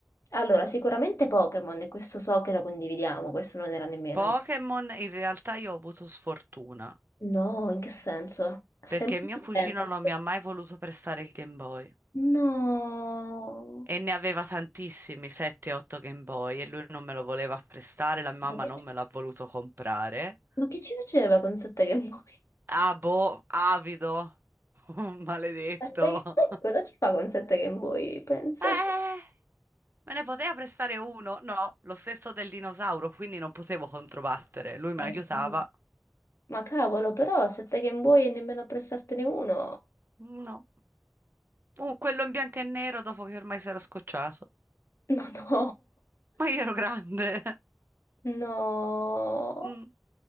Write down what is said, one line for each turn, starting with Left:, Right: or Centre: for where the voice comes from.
Left: Allora, sicuramente Pokémon, e questo so che lo condividiamo, questo non era nemmeno...
Right: Pokémon, in realtà io ho avuto sfortuna,
Left: No, in che senso? Stai
Right: perché
Left: molto
Right: mio cugino
Left: attenta.
Right: non mi ha mai voluto prestare il Game Boy.
Left: No.
Right: E ne aveva tantissimi, 7-8 Game Boy, e lui non me lo voleva prestare, la mia mamma
Left: Ma che,
Right: non me l'ha voluto comprare.
Left: ma che ci faceva con sette Game Boy?
Right: Ah, boh, avido, <laughs> maledetto.
Left: <laughs> Sette Game Boy? Cosa ci fa con sette Game Boy? Pensate.
Right: Eh, me ne poteva prestare uno? No, lo stesso del dinosauro, quindi non potevo controbattere. Lui mi
Left: Eh,
Right: aiutava.
Left: no. Ma cavolo, però sette Game Boy e nemmeno a prestartene uno.
Right: No. Uh, quello in bianco e nero dopo che ormai si era scocciato.
Left: Ma no.
Right: Ma io ero grande. <laughs>
Left: <laughs> No.
Right: Mm,